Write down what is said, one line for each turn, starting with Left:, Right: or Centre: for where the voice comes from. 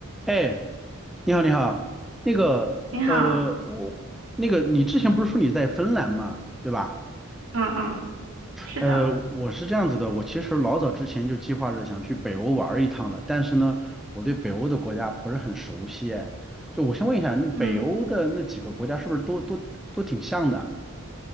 Centre: 哎，你好，你好，那个，
Right: 你好，
Centre: 呃，我那个，你之前不是说你在芬兰嘛，对吧？
Right: 嗯嗯，是的，
Centre: 呃，我是这样子的，我其实老早之前就计划着想去北欧玩儿一趟了，但是呢，我对北欧的国家不是很熟悉，哎，就我先问一下，那北欧的那几个国家是不是都都都挺像的？
Right: 嗯，